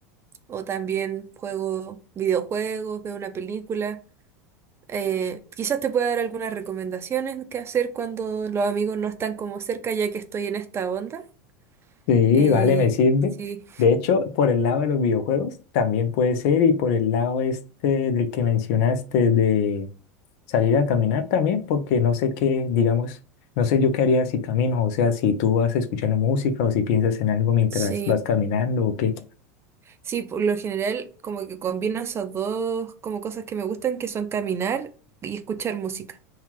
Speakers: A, on the right (about 30°); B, on the left (about 60°).
A: o también juego videojuegos, veo una película. Eh, quizás te pueda dar algunas recomendaciones que hacer cuando los amigos no están como cerca, ya que estoy en esta onda.
B: Sí,
A: Eh,
B: vale, me sirve.
A: sí,
B: De hecho, por el lado de los videojuegos también puede ser y por el lado este del que mencionaste de salir a caminar también, porque no sé qué, digamos, no sé yo qué haría si camino, o sea, si tú vas escuchando música o si piensas en algo mientras
A: sí.
B: vas caminando o qué.
A: Sí, por lo general como que combino esas dos como cosas que me gustan, que son caminar y escuchar música.